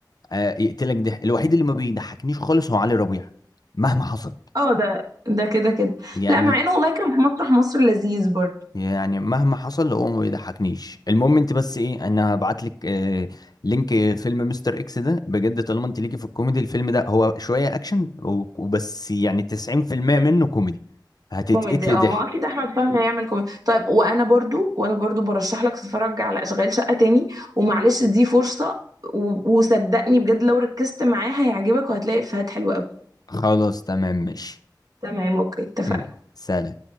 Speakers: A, on the left (about 60°); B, on the right (about 55°).
A: آه، يقتلك ده الوحيد اللي ما بيضحكنيش خالص هو علي ربيع مهما حصل
B: اه ده ده كده كده
A: يعني
B: لا مع انه والله كان في مسرح مصر لذيذ برضه
A: يعني مهما حصل هو ما بيضحكنيش المهم انت بس ايه انا هبعت لك آه، لينك فيلم مستر اكس ده بجد طالما انت ليكي في الكوميدي الفيلم ده هو شويه اكشن و- وبس يعني 90% منه كوميدي هتتقتلي
B: كوميدي اه
A: ضحك
B: ما اكيد احمد فهمي هيعمل كوميدي طيب وانا برضو وانا برضو برشح لك تتفرج على اشغال شقة تاني ومعلش دي فرصة و- وصدقني بجد لو ركزت معاه هيعجبك وهتلاقي افيهات حلوة قوي
A: خلاص تمام ماشي
B: تمام اوكي اتفقنا
A: تمام. سلام